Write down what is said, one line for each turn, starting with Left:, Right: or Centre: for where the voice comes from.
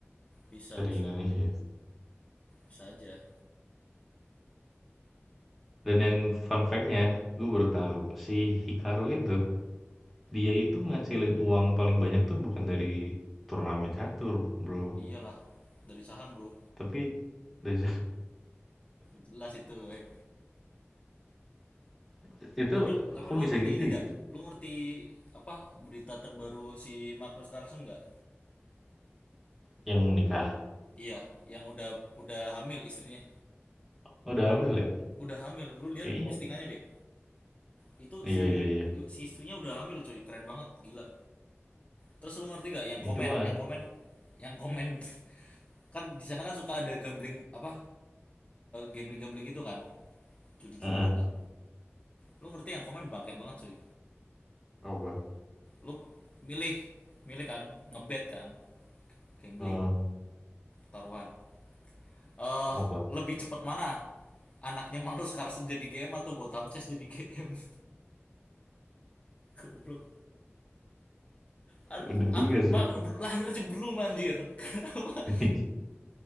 Left: Bisa,
Centre: dari
Left: bisa.
Centre: Indonesia ya?
Left: Bisa aja.
Centre: Dan yang fun fact-nya, gue baru tahu si Hikaru itu dia itu ngasilin uang paling banyak tuh bukan dari turnamen catur, bro.
Left: Iyalah, dari saham, Bro.
Centre: Tapi dari
Left: jelas itu eh.
Centre: <laughs> itu
Left: tapi tapi
Centre: kok
Left: lu
Centre: bisa
Left: ngerti
Centre: gitu
Left: ini nggak
Centre: ya?
Left: lu ngerti apa berita terbaru si Magnus Carlsen nggak
Centre: Yang nikah.
Left: iya yang udah udah hamil istrinya
Centre: Oh, udah hamil ya?
Left: udah hamil lu lihat
Centre: Kayaknya.
Left: postingannya deh itu
Centre: Iya,
Left: si
Centre: iya, iya.
Left: si istrinya udah hamil cuy keren banget gila terus lu ngerti nggak yang komen
Centre: Itu mah.
Left: yang
Centre: <laughs>
Left: komen yang komen <laughs> kan di sana kan suka ada gambling apa gambling gambling itu kan judi-judian
Centre: Heeh.
Left: lah lu ngerti yang komen bangke banget cuy
Centre: Apa?
Left: lu milih milih kan ngebet kan gambling
Centre: Heeh.
Left: taruhan. Eh, uh,
Centre: Apa?
Left: lebih cepat mana? Anaknya Malus Carlsen jadi GM atau Gotham Chess jadi GM? <laughs> Goblok. An-
Centre: Bener
Left: ak-
Centre: juga sih.
Left: ma- lahir aja belum anjir. Kenapa?
Centre: <laughs>